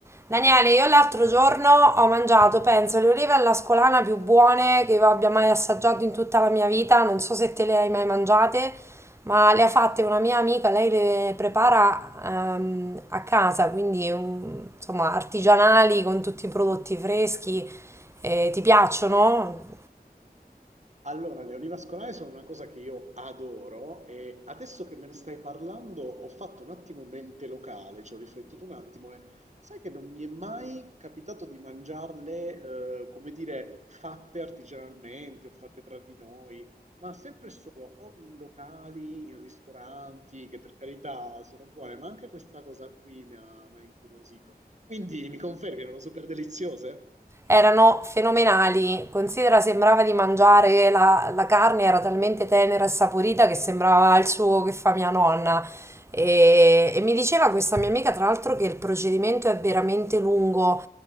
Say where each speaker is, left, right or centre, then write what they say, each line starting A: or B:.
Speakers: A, on the right; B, on the right.
A: Daniele, io l'altro giorno ho mangiato, penso, le olive alla scolana più buone che io abbia mai assaggiato in tutta la mia vita. Non so se te le hai mai mangiate, ma le ha fatte una mia amica, lei le prepara ehm, a casa, quindi um, insomma artigianali con tutti i prodotti freschi. Eh, ti piacciono?
B: Allora, le vascolari sono una cosa che io adoro e adesso che me ne stai parlando ho fatto un attimo mente locale, ci ho riflettuto un attimo e sai che non mi è mai capitato di mangiarle, eh, come dire, fatte artigianalmente o fatte tra di noi, ma sempre e solo o in locali, in ristoranti, che per carità sono buone, ma anche questa cosa qui mi ha, mi ha incuriosito. Quindi mi confermi, erano super deliziose?
A: erano fenomenali. Considera, sembrava di mangiare la, la carne, era talmente tenera e saporita che sembrava il suo che fa mia nonna. E, e mi diceva questa mia amica, tra l'altro, che il procedimento è veramente lungo